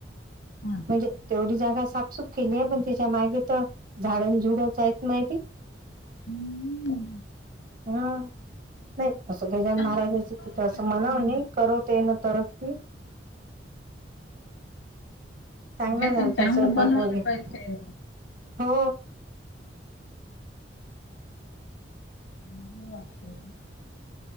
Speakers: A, on the left; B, on the right.
A: हम
B: म्हणजे तेवढी जागा साफसूफ केली आहे पण त्याच्या मागे तर झाडांझुडच आहेत माहीते.
A: हम्म
B: हम्म नाही असं गजानन
A: चांगलं
B: महाराजाच
A: बनवायला
B: तिथे असं
A: पाहिजे.
B: म्हणाव नाही कर तेन तरफती चांगला
A: नाही
B: झालता
A: पण चांगलं
B: स्वयंपाक
A: बनवायला
B: वगैरे
A: पाहिजे.
B: हो.
A: <unintelligible>